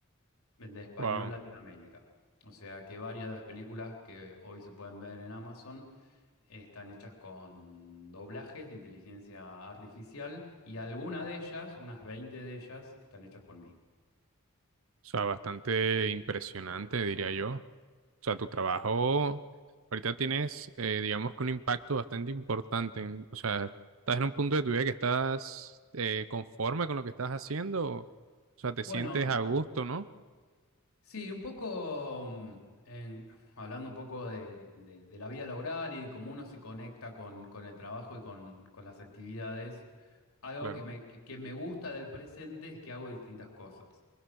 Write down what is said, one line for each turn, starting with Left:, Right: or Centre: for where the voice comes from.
Left: el de español
Right: wow.
Left: Latinoamérica.
Right: O
Left: O sea que varias de las películas que hoy se pueden ver en Amazon están hechas con doblajes de inteligencia artificial y alguna de ellas, unas 20 de ellas, están hechas por mí.
Right: sea, bastante impresionante, diría yo. O sea, tu trabajo ahorita tienes, eh, digamos que un impacto bastante importante. en- O sea, ¿estás en un punto de tu vida que estás eh, conforme con lo que estás haciendo? O sea, te
Left: Bueno,
Right: sientes a gusto, ¿no?
Left: Sí, un poco mm, en- hablando un poco de, de- de la vida laboral y cómo uno se conecta con, con el trabajo y con, con las actividades. Algo
Right: Claro,
Left: que me, que que me gusta del presente es que hago distintas cosas.